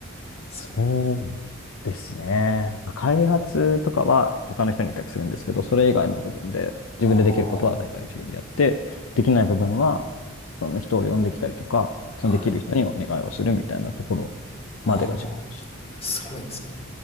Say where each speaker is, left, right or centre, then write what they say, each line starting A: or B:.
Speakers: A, on the left; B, on the left.
A: すごいな。
B: そうですね。開発とかは他の人に委託するんですけど、それ以外の部分で、自分でできることは大体自分でやって、
A: あ
B: できない部分は、その人を呼んできたりとか、そのできる人にお願いをするみたいなところ
A: あ、はい。ああ、
B: までが自分でしたって感じ。
A: すごいですね。